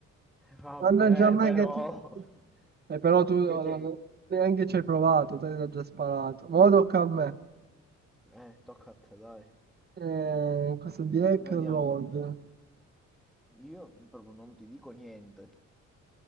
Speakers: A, in the centre; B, on the right.
A: Vabbè,
B: Mannaggia a me
A: però.
B: che ti...
A: <laughs>
B: Eh, però tu eh,
A: Che ti...
B: neanche ci hai provato, te l'hai già sparato. Ora tocca a me.
A: Eh, tocca a te, dai.
B: Eh, questo di Hack
A: Vediamo
B: and Road.
A: che abbiamo. Io proprio non ti dico niente.